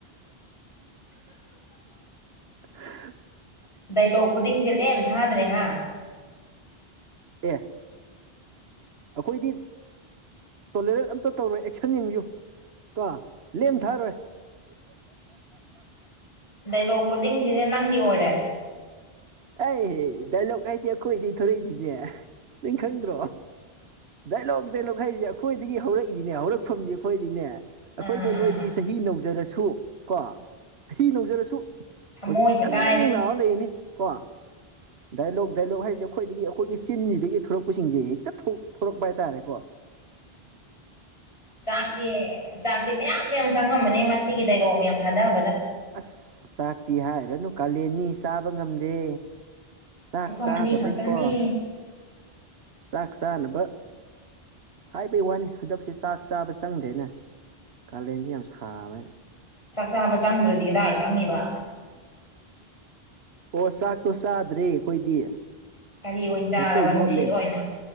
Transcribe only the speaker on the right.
<unintelligible>
ꯑꯦ ꯑꯈꯣꯏꯗꯤ ꯇꯣꯂꯔꯦꯠ ꯑꯝꯇ ꯇꯧꯔꯣꯏ ꯑꯦꯛꯁꯟ ꯌꯦꯡꯕꯤꯌꯨ ꯀꯣ ꯂꯦꯝ ꯊꯥꯔꯣꯏ
ꯑꯩ ꯗꯥꯏꯂꯣꯛ ꯍꯥꯏꯖꯦ ꯑꯩꯈꯣꯏꯗꯩ ꯊꯣꯂꯛꯏꯅꯤꯅꯦ ꯅꯤꯡ ꯈꯪꯗ꯭ꯔꯣ ꯗꯥꯏꯂꯣꯛ ꯗꯥꯏꯂꯣꯛ ꯍꯥꯏꯖꯦ ꯑꯩꯈꯣꯏꯗꯒꯤ ꯍꯧꯔꯛꯏꯅꯤꯅꯦ ꯍꯧꯔꯛꯐꯝꯗꯤ ꯑꯩꯈꯣꯏꯗꯤꯅꯦ ꯑꯩꯈꯣꯏꯅ
ꯅꯣꯏꯗꯒꯤ
ꯆꯍꯤ ꯅꯧꯖꯔꯁꯨ ꯀꯣ ꯆꯍꯤ ꯅꯧꯖꯔꯁꯨ
ꯍꯧꯖꯤꯛ ꯌꯪ
ꯌꯪ ꯂꯥꯎꯔ ꯂꯩꯔꯤꯅꯤ ꯀꯣ ꯗꯥꯏꯂꯣꯛ ꯗꯥꯏꯂꯣꯛ ꯍꯥꯏꯔꯤꯖꯦ ꯑꯩꯈꯣꯏꯗꯒꯤ ꯑꯩꯈꯣꯏꯒꯤ ꯆꯤꯟꯖꯤꯗꯒꯤ ꯊꯣꯔꯛꯄꯁꯤꯡꯁꯦ ꯍꯦꯛꯇ ꯊꯣꯔꯛꯄ ꯍꯥꯏꯇꯥꯔꯦꯀꯣ
ꯑꯁ ꯆꯥꯛꯇꯤ ꯍꯥꯏꯔꯨꯔꯅꯨ ꯀꯥꯂꯦꯟꯅꯤ ꯆꯥꯕ ꯉꯝꯗꯦ ꯆꯥꯛ
ꯆꯥꯗꯕꯩꯀꯣ
ꯆꯥꯛ ꯆꯥꯅꯕ ꯍꯥꯏꯕꯩ ꯋꯥꯅꯤ ꯍꯟꯗꯛꯁꯦ ꯆꯥꯛ ꯆꯥꯕ ꯆꯪꯗꯦꯅꯦ ꯀꯥꯂꯦꯟꯖꯦ ꯌꯥꯝ ꯁꯥꯕꯩ
ꯍꯣ ꯆꯥꯛꯇꯣ ꯆꯥꯗ꯭ꯔꯦ ꯑꯩꯈꯣꯏꯗꯤ
ꯍꯦꯛꯇ ꯌꯣꯠꯂꯦ